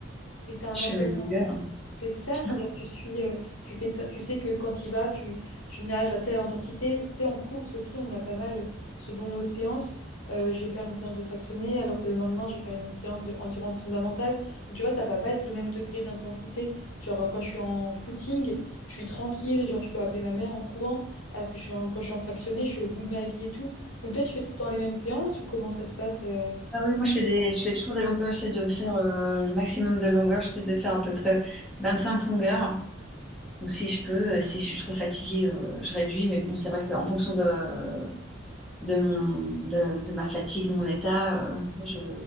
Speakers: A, on the left (about 85°); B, in the centre.
A: Et t'as un
B: Je
A: entraînement
B: fais mes longueurs.
A: spécial, enfin,
B: hein.
A: genre tu
B: <laughs>
A: suis, euh, tu fais, t- tu sais que quand il va, tu, tu nages à telle intensité, parce que tu sais, en course aussi, on a pas mal, euh, selon nos séances, euh, je vais faire une séance de fractionné, alors que le lendemain, je vais faire une séance de endurance fondamentale. Donc tu vois, ça va pas être le même degré d'intensité. Genre euh, quand je suis en footing, je suis tranquille, genre je peux appeler ma mère en courant, alors que je suis en- quand je suis en fractionné, je suis au bout de ma vie et tout. Donc toi, tu fais tout le temps les mêmes séances ou comment ça se passe? euh
B: Ah oui, moi je fais des, je fais toujours des longueurs, j'essaie de me faire euh, le maximum de longueurs, j'essaie de faire à peu près 25 longueurs. Donc si je peux, euh, si je suis trop fatiguée, euh, je réduis, mais bon, c'est vrai qu'en fonction de, de mon, de, de ma fatigue, de mon état. euh, je,